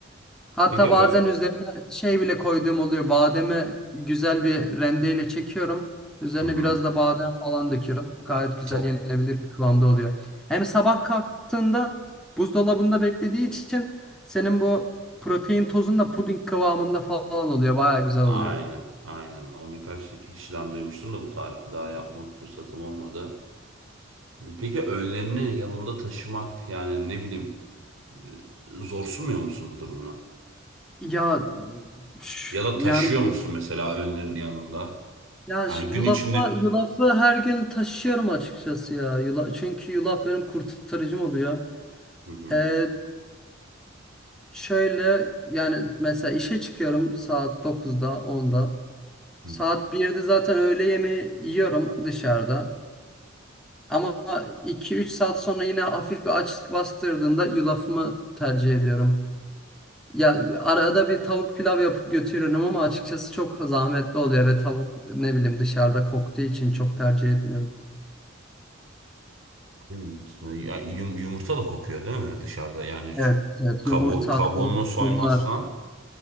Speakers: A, in the centre; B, on the right (about 85°).
A: Hatta
B: Peki
A: bazen
B: ö
A: üzerine şey bile koyduğum oluyor. Bademi güzel bir rendeyle çekiyorum. Üzerine
B: hı hı.
A: biraz da badem falan döküyorum. Gayet güzel
B: Top
A: yenilebilir bir kıvamda oluyor. Hem sabah kalktığında buzdolabında beklediği için senin bu protein tozun da puding kıvamında falan oluyor. Baya güzel oluyor.
B: aynen aynen. O birkaç kişiden duymuştum da bu tarifi daha yapmak fırsatım olmadı. Peki önlerini yanında taşımak yani ne bileyim e, zorsunmuyor musun bu durumdan?
A: Ya şu-
B: Ya da taşıyor
A: yani
B: musun mesela önlerini yanında?
A: Ya
B: Yani
A: şu yulafla
B: gün içinde
A: yulafı her gün taşıyorum açıkçası ya. Yula, çünkü yulaf benim kurtarıcım oluyor.
B: Hı hı.
A: Ee, şöyle yani mesela işe çıkıyorum saat dokuzda onda
B: Hı hı.
A: Saat birde zaten öğle yemeği yiyorum dışarıda. Ama iki üç saat sonra yine hafif bir açlık bastırdığında yulafımı tercih ediyorum. Ya arada bir tavuk pilav yapıp götürüyorum ama açıkçası çok zahmetli oluyor ve tavuk ne bileyim dışarıda koktuğu için çok tercih etmiyorum.
B: Bilmiyorsun. Ya yum- yumurta da kokuyor değil mi dışarıda? Yani şu
A: Evet, evet.
B: kabuğu,
A: Yumurta,
B: kabuğunu
A: tavuk
B: soymazsan
A: bunlar.